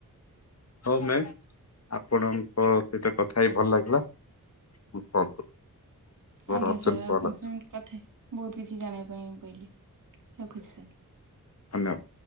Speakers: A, on the left; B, on the right.
A: ହଉ ମ୍ୟାମ୍ ଆପଣଙ୍କ ସହିତ କଥା ହେଇ ଭଲ ଲାଗିଲା। ମୁଁ କଲ୍ କର୍ ମୋର
B: ଆଜ୍ଞା
A: ଅର୍ଜେଣ୍ଟ
B: ସାର୍ ଆପଣଙ୍କ
A: କଲ ଅଛି।
B: ସାଙ୍ଗେ କଥା ହେଇ ବହୁତ କିଛି ଜାଣିବା ପାଇଁ ପାଇଲିି ରଖୁଛି ସାର୍।
A: ଧନ୍ୟବାଦ।